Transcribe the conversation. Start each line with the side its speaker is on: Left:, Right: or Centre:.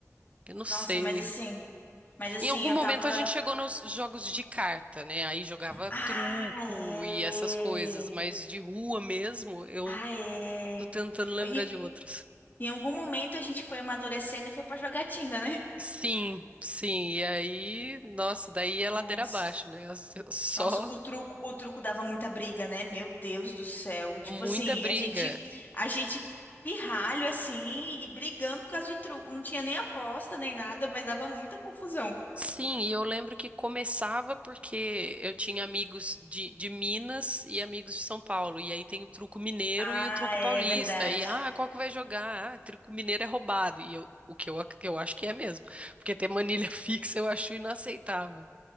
Right: Eu não
Left: Nossa,
Right: sei.
Left: mas assim, mas assim,
Right: Em algum
Left: eu
Right: momento
Left: tava.
Right: a gente chegou nos jogos de carta, né? Aí jogava
Left: Ah,
Right: truco
Left: é.
Right: e essas coisas, mas de rua mesmo, eu
Left: Ah, é.
Right: tô tentando lembrar
Left: Em,
Right: de outros.
Left: em algum momento a gente foi amadurecendo e foi pra jogatina, né?
Right: Sim, sim. E aí, nossa, daí é ladeira
Left: Nossa.
Right: abaixo, né? Só
Left: Nossa, o truco, o truco dava muita briga, né? Meu Deus do céu. Tipo
Right: muita
Left: assim,
Right: briga.
Left: a gente, a gente pirralho assim e brigando por causa de truco. Não tinha nem aposta nem nada, mas dava muita confusão.
Right: Sim, e eu lembro que começava porque eu tinha amigos de, de Minas e amigos de São Paulo. E aí tem o truco mineiro
Left: Ah,
Right: e o truco
Left: é
Right: paulista.
Left: verdade.
Right: E ah, qual que vai jogar? Ah, truco mineiro é roubado. E eu, o que eu, ac- que eu acho que é mesmo. Porque ter manilha <laughs> fixa eu acho inaceitável.